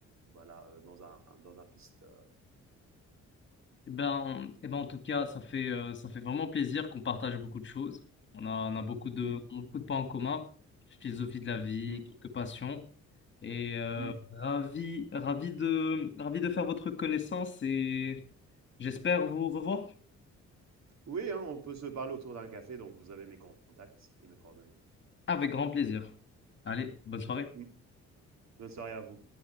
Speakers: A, on the right; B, on the left.
A: voilà, heu, dans un dans un piste, heu.
B: Eh ben, eh ben, en tout cas, ça fait, euh, ça fait vraiment plaisir qu'on partage beaucoup de choses. On a, on a beaucoup de,
A: Mmh
B: on a beaucoup de points en commun, philosophie de la vie,
A: mh.
B: quelques passions. Et euh,
A: Mmh.
B: ravi, ravi de, ravi de faire votre connaissance et j'espère vous revoir
A: Oui, hein, on peut se parler autour d'un café, donc vous avez mes contacts et mes coordonnées.
B: avec grand plaisir. Allez, bonne soirée.
A: Mm. Bonne soirée à vous.